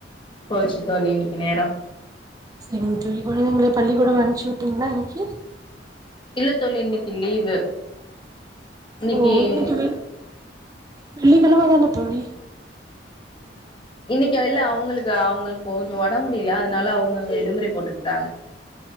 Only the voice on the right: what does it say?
சரிங் தோழி குழந்தைகளை பள்ளிக்கூடம் அனுச்சி விட்டீங்களா இன்னைக்கு
ஓ <unintelligible> வெள்ளி கிழமதானே தோழி